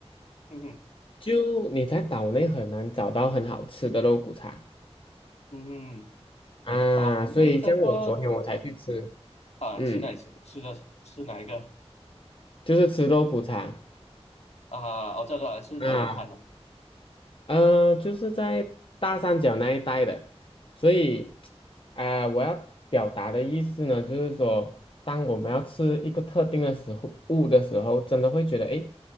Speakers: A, on the left (about 75°); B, on the left (about 55°).
A: 嗯哼
B: 就你在岛内很难找到很好吃的肉骨茶
A: 嗯哼。
B: 啊，
A: 岛内的话，
B: 所以像我昨天我才去吃，
A: 啊，
B: 嗯，
A: 去哪里吃吃的吃哪一个
B: 就是吃肉骨茶
A: 啊？我知道是吃哪一摊了？
B: 啊，呃，就是在大三角那一带的，所以啊、我要表达的意思呢，就是说，当我们要吃一个特定的食物的时候，真的会觉得，诶，